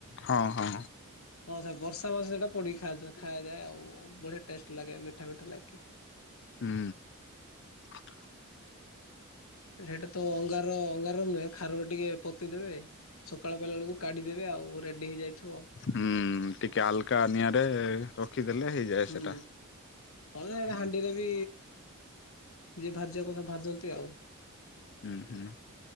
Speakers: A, on the left; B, on the left.
A: ହଁ ହଁ
B: ହଁ ସେ ବର୍ଷା ମାସ ଟା ପୋଡି ଖାୟାଯାଏ ଆଉ ବଢିଆ ଟେଷ୍ଟ ଲାଗେ ମିଠା ମିଠା ଲାଗେ। <inaudible>
A: ହୁଁ ହୁଁ।
B: ସେଇଟା ତ ଅଙ୍ଗାର ଅଙ୍ଗାର ନୁହେଁ ଖାରରେ ଟିକେ ପୋତି ଦେବେ। ସକାଳ ବେଲା ବେଳକୁ କାଢିଦେବେ ଆଉ ରେଡି ହେଇଯାଇଥିବ।
A: ହୁଁ ଟିକେ ଆଲକା ନିଆଁରେ ରଖିଦେଲେ ହେଇଯାଏ
B: ହୁଁ
A: ସେଟା।
B: ହଉ ଏବେ
A: ହୁଁ
B: ହାଣ୍ଡିରେ ବି ଯେ ଭାଜିବା କଥା ଭାଜନ୍ତି ଆଉ।
A: ହୁଁ ହୁଁ